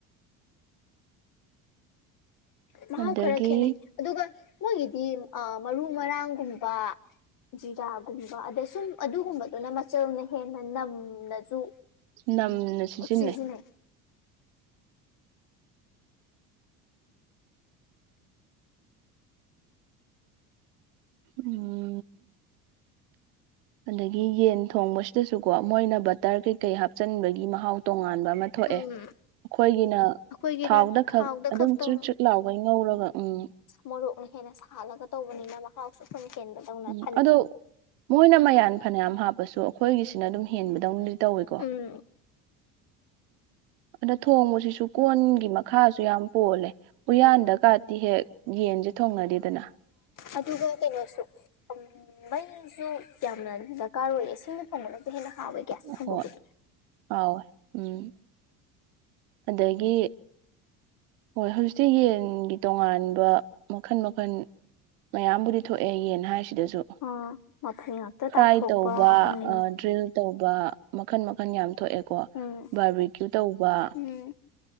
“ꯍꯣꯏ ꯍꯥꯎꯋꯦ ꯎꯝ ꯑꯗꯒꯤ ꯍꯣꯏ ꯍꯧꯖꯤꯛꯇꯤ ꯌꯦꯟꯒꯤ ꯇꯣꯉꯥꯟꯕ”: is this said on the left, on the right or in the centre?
Right